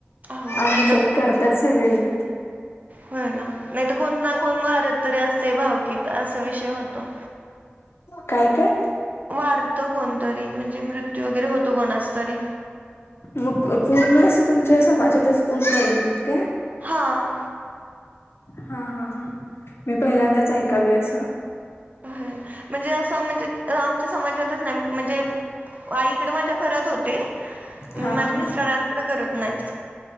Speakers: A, on the right; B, on the left.
A: हो
B: आमच्यात
A: नाही तर
B: करतात सगळे ज
A: होय ना नाही तर कोण ना कोण वारत तरी असतंय भावकत असा विषय होतो.
B: काय काय?
A: वारत कोणतरी म्हणजे मृत्यू वगैरे होतो कोणाच तरी
B: मग पूर्ण अस तुमच्या समाजातच कोण करत नाहीत का?
A: हां
B: हा हा हा मी पहिल्यांदाच ऐकालोय असं.
A: होय. म्हणजे असं म्हणजे आमच्या समाजातच नाही म्हणजे आईकडे माझ्या करत होते माझ्या
B: हा हा
A: मिस्टरांकडे करत नाहीच